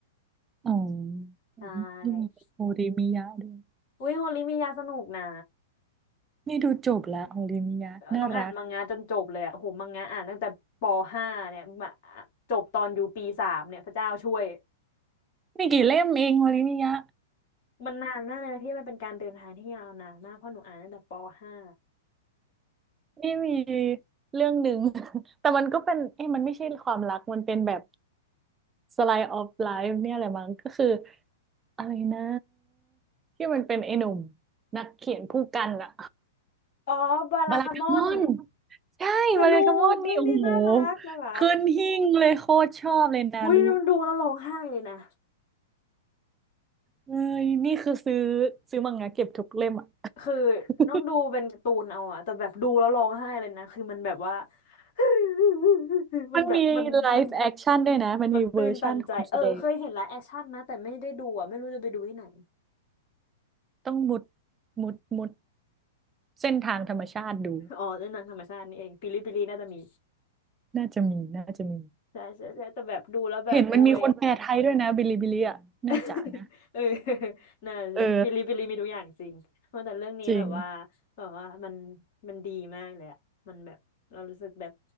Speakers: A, on the right; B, on the left.
A: อ๋อ
B: ใช่
A: นี่มัโฮริมิยะด้วย
B: อุ้ยโฮลิมียาสนุกนะ
A: นี่ดูจบละโฮริมิยะน่ารัก
B: น้องอ่านมังงะจนจบเลยอะโหมังงะอ่านตั้งแต่ปห้าเนี่ยมาจบตอนอยู่ปีสามเนี่ยพระเจ้าช่วย
A: ไม่กี่เล่มเองโฮริมิยะ
B: มันนานมากเลยนะพี่มันเป็นการเดินทางที่ยาวนานมากเพราะหนูอ่านตั้งแต่ปห้า
A: นี่มีเรื่องหนึ่ง <laughs> แต่มันก็เป็นเอ้ยมันไม่ใช่ความรักมันเป็นแบบ slice of life เนี่ยแหละมั้งก็คืออะไรนะที่มันเป็นไอ้หนุ่มนักเขียนผู้กันอะ
B: อ๋อบาลาคามอน
A: บารากามอนใช่บารากามอนนี่โอ้โห
B: สนุกเรื่องนี้น่ารักน่ารัก
A: ขึ้นหิ้งเลยโคตรชอบเลยนารุ
B: อุ้ยหนูดูแล้วร้องไห้เลยนะ
A: เอ้ยนี่คือซื้อซื้อมังงะเก็บทุกเล่มอะ
B: คือ
A: <laughs>
B: ต้องดูเป็นการ์ตูนเอาอะแต่แบบดูแล้วร้องไห้เลยนะคือมันแบบว่า <laughs> มันแบบมันมัน
A: มันมีไลฟ์แอคชั่นด้วยนะมันมีเวอร์ชั่นคนแสดง
B: มันตื้นตันใจเออเคยเห็นไลฟ์แอคชั่นนะแต่ไม่ได้ดูอะไม่รู้จะไปดูที่ไหน
A: ต้องมุดมุดมุดเส้นทางธรรมชาติดู
B: อ๋อเล่นหนังธรรมชาตินี่เองปิลิปิลิน่าจะมี
A: น่าจะมี น่าจะมี
B: ใช่ใช่ใช่แต่แบบดูแล้วแบบโอ้ย
A: เห็นมันมีคนแปลไทยด้วยนะบิลิบิลิอ่ะ
B: <laughs>
A: น่าจะนะ
B: เออน่าจะปิลิปิลิมีทุกอย่างจริงเพราะแต่เรื่องนี้แบบว่า
A: เออ จริง
B: แบบว่ามันมันดีมากเลยอะมันแบบเรารู้สึกแบบ